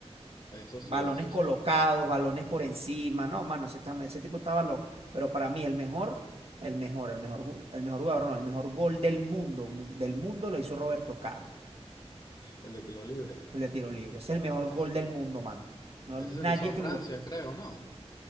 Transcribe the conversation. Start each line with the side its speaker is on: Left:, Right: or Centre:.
Left: eso
Right: Balones
Left: sí, eso
Right: colocados,
Left: sí.
Right: balones por encima. No, mano, ese, chamo- ese tipo estaba loco. Pero para mí, el mejor, el mejor, el mejor, ju- el mejor jugador, no, el mejor gol del mundo, mu- del mundo lo hizo Roberto Carlos,
Left: El de tiro libre.
Right: el de tiro libre. Es el mejor gol
Left: es-
Right: del mundo, mano. No, hay
Left: ese
Right: nadie
Left: se lo hizo a
Right: que
Left: Francia,
Right: lo igual.
Left: creo, ¿no?